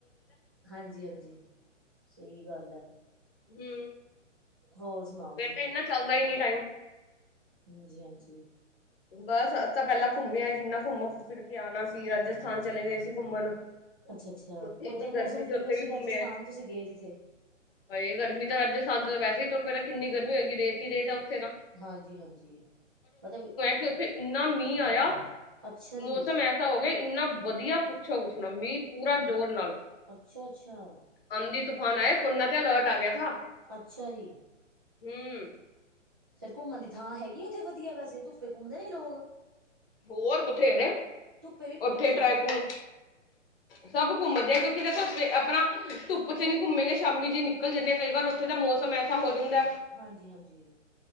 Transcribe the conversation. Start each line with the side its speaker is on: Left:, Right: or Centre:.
Right: ਹਾਂਜੀ-ਹਾਂਜੀ, ਸਈ ਗੱਲ ਐ।
Left: ਹੰ।
Right: ਹੋਰ ਸੁਣਾਓ।
Left: ਫੇਰ
Right: ਜੀ
Left: ਤੇ ਇੰਨਾ ਚੱਲਦਾ ਹੀ ਨੀ ਟਾਈਮ।
Right: ਹਾਂਜੀ- ਹਾਂਜੀ।
Left: ਬਸ ਅਸ ਤਾਂ ਪਹਿਲਾਂ ਘੁੰਮ ਆਏ, ਜਿੰਨਾ ਘੁੰਮੋ ਫਿਰ ਕੇ ਆਣਾ ਸੀ। ਰਾਜਯਸਥਾਨ ਚਲੇ ਗਏ ਸੀ ਘੁੰਮਣ।
Right: ਅੱਛਾ-ਅੱਛਾ
Left: ਉੱਥੇ ਇੰਨੀ
Right: ਓਧਰ
Left: ਗਰਮੀ
Right: ਮੌਸਮ ਕਿਵੇਂ
Left: ਉੱਥੇ ਵੀ
Right: ਸੀ,
Left: ਘੁੰਮਿਆ
Right: ਰਾਜਸਥਾਨ ਤੁਸੀਂ ਗੇ ਜਿੱਥੇ?
Left: ਹਾਏ ਗਰਮੀ ਤਾਂ ਰਾਜਸਥਾਨ 'ਚ ਤਾਂ ਵੈਸੇ ਈ ਤਾਨੂੰ ਪਤਾ ਕਿੰਨੀ ਗਰਮੀ ਓਏਗੀ, ਰੇਤ ਈ ਰੇਤ ਆ ਓਥੇ ਤਾਂ।
Right: ਹਾਂਜੀ- ਹਾਂਜੀ ਮਤਬ
Left: ਕੀ ਓਥੇ ਇੰਨਾ ਮੀਂ ਆਇਆ,
Right: ਅੱਛਾ ਜੀ
Left: ਮੌਸਮ ਐ ਐਸਾ ਹੋ ਗਿਆ, ਇੰਨਾ ਵਧੀਆ ਪੁੱਛੋ ਕੁੱਛ ਨਾ। ਮੀਂ ਪੂਰਾ ਜ਼ੋਰ ਨਾਲ
Right: ਅੱਛਾ- ਅੱਛਾ।
Left: ਆਂਦੀ ਤੂਫਾਨ ਆਏ, ਫੋਨਾਂ ਤੇ ਅਲਰਟ ਆ ਗ‌ਆ ਥਾ।
Right: ਅੱਛਾ ਜੀ।
Left: ਹੂੰ।
Right: ਫੇਰ ਘੁੰਮਣ ਦੀ ਥਾਂ ਹੈਗੀ ਓਥੇ ਵਧੀਆ ਵੈਸੇ, ਧੁੱਪੇ ਘੁੰਮਦੇ ਨੇ ਲੋਗ?
Left: ਹੋਰ ਬਥੇਰੇ
Right: ਧੁੱਪੇ ਵੀ ਘੁੰਮੀ
Left: ਉੱਥੇ
Right: ਫਿਰਦੇ
Left: ਟਰੈਕਿੰਗ
Right: ਨੇ ਓਥੇ।
Left: ਸਭ ਘੁੰਮਦੇ ਕਿਉਂਕਿ ਦੇਖੋ ਸਵੇ ਆਪਣਾ ਧੁੱਪ 'ਚ ਨੀ ਘੁੰਮੇਗੇ, ਸ਼ਾਮੀ ਜੀ ਨਿਕਲ ਜਾਂਨੇ। ਕਈ ਵਾਰ ਓਥੇ ਦਾ ਮੌਸਮ ਐਸ ਸਾ ਹੋ ਜਾਂਦਾ।
Right: ਹਾਂਜੀ ਹਾਂਜੀ